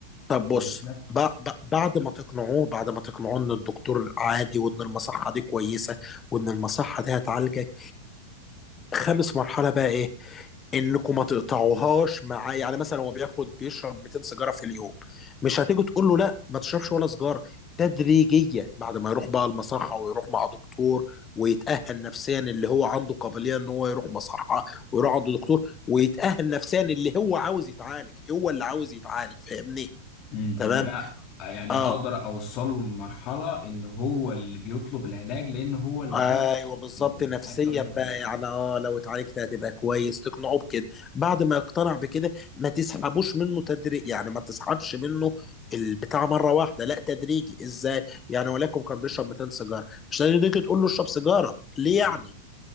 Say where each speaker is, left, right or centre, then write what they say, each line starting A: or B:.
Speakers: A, on the left (about 25°); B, on the left (about 45°).
A: طب بص
B: ويتنفذ
A: ب- ب- بعد ما تقنعوه بعد ما تقنعوه ان الدكتور عادي وان المصحه دي كويسه وان المصحه دي هتعالجك خامس مرحله بقى ايه انكم ما تقطعوهاش مع يعني مثلا هو بياخد بيشرب 200 سيجاره في اليوم مش هتيجوا تقول له لا ما تشربش ولا سيجاره تدريجيا بعد ما يروح بقى المصحه ويروح مع دكتور ويتاهل نفسيا اللي هو عنده قابليه ان هو يروح مصحه ويروح عند دكتور ويتاهل نفسيا اللي هو عاوز يتعالج هو اللي عاوز يتعالج فاهمني
B: امم
A: تمام
B: ان انا يعني
A: اه
B: اقدر اوصله لمرحله ان هو اللي بيطلب العلاج لان هو اللي
A: ايوه
B: عايز
A: بالظبط
B: ال- الحياه
A: نفسيا
B: بطريقه
A: بقى
B: تانية
A: يعني اه لو اتعالجت هتبقى كويس تقنعه بكده بعد ما يقتنع بكده ما تسحبوش منه تدريج يعني ما تسحبش منه البتاع مره واحده لا تدريجي ازاي يعني ولكن كان بيشرب 200 سيجاره مش هتيجي تقول له اشرب سيجاره ليه يعني
B: ايوه